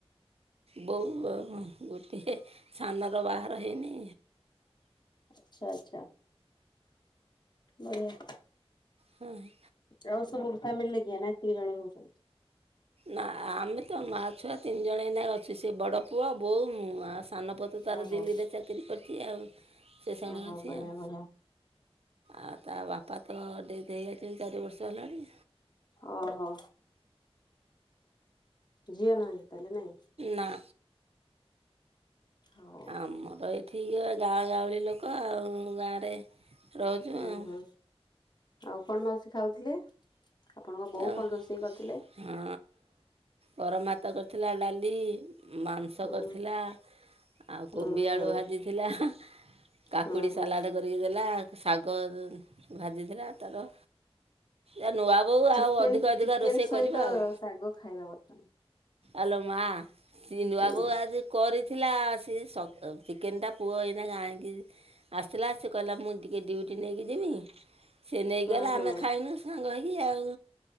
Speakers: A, on the right; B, on the left.
A: ବୋଉ ଆଉ ଗୋଟିଏ ସାନର ବାହାଘର ହେଇନି।
B: ଆଚ୍ଛା ଆଚ୍ଛା। ବଢ଼ିଆ।
A: ହଁ ହଁ।
B: ଆଉ ସବୁ ଫ୍ୟାମିଲି ରେ କିଏ ନା ଏତିକି ଜଣ ରହୁଛନ୍ତି?
A: ନାଆ ଆମେ ତ ମାଆ ଛୁଆ ତିନି ଜଣ ଏଇନା ଅଛୁ ସେ ବଡ଼ ପୁଅ ବୋଉ ମୁଁ ଆ ସାନପୁଅ ତ ତାର
B: ଓହୋ
A: ଦିଲ୍ଲୀରେ ଚାକିରି କରିଛି ଆଉ ସେଷେଣେ
B: ଓହୋ
A: ଅଛି
B: ବଢିଆ
A: ଆଉ।
B: ବଢିଆ
A: ଆଉ ତା ବାପା ତ ଡେଥ୍ ହେଇଯାଇଛନ୍ତି ଚାରି ବର୍ଷ ହେଲାଣି।
B: ଓହୋ। ଝିଅ ନାହାନ୍ତି ତାହେଲେ ନାଇଁ?
A: ନାଁ।
B: ହଉ।
A: ଆମର ଏଠିକ ଗାଁ ଗାଉଁଳି ଲୋକ ଆଉ ଗାଁରେ ରହୁଛୁ
B: ହୁଁ
A: ଆଉ
B: ହୁଁ ଆଉ କଣ ମାଉସୀ ଖାଉଥିଲେ? ଆପଣଙ୍କ ବୋଉ
A: ଆଉ
B: କଣ ରୋଷେଇ କରିଥିଲେ?
A: ହଁ ଗରମ ଭାତ କରିଥିଲା ଡ଼ାଲି। ମାଂସ
B: ହୁଁ
A: କରିଥିଲା ଆଉ
B: ହୁଁ
A: କୋବି
B: ହୁଁ
A: ଆଳୁ ଭାଜିଥିଲା। କାକୁଡ଼ି
B: ହୁଁ ହୁଁ
A: ସାଲାଡ଼ କରିକି ଦେଲା ଶାଗ ଭାଜିଥିଲା ତାର ଏ ନୂଆ ବୋଉ
B: ଚିକେ
A: ଆଉ ଅଧିକ ଅଧିକ
B: ଚିକେନ
A: ରୋଷେଇ
B: ସହିତ
A: କରିବା ଆଉ
B: ଶାଗ ଖାଇବା କଥା ନୁହ।
A: ଆଲୋ ମା ସିନୁଆବୁ
B: ନୁହଁ।
A: ଆଜି କରିଥିଲା ସିଏ ସ ଚିକେନ୍ଟା ପୁଅ ଏଇନା ଆଣିକି ଆସିଥିଲା ସିଏ କହିଲା ମୁଁ ଟିକେ ଡିଉଟି ନେଇକି ଯିବି ସେ ନେଇକି
B: ହୁଁ
A: ଗଲେ
B: ହୁଁ ହୁଁ
A: ଆମେ ଖାଇନୁ ସାଙ୍ଗ ହେଇକି ଆଉ।